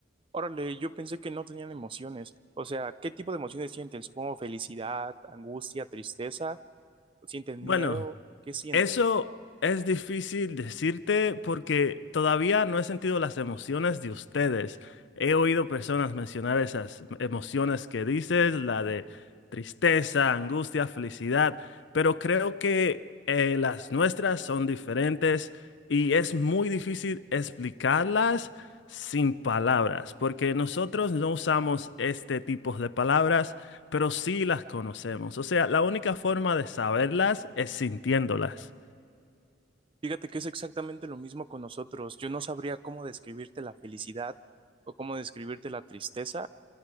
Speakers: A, on the right; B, on the left.
A: Órale, yo pensé que no tenían emociones. O sea, ¿qué tipo de emociones sienten? Supongo felicidad, angustia, tristeza, sienten
B: Bueno,
A: miedo, ¿qué sienten?
B: eso es difícil decirte porque todavía no he sentido las emociones de ustedes. He oído personas mencionar esas emociones que dices, la de tristeza, angustia, felicidad, pero creo que eh, las nuestras son diferentes y es muy difícil explicarlas sin palabras, porque nosotros no usamos este tipo de palabras, pero sí las conocemos. O sea, la única forma de saberlas es sintiéndolas.
A: Fíjate que es exactamente lo mismo con nosotros. Yo no sabría cómo describirte la felicidad o cómo describirte la tristeza.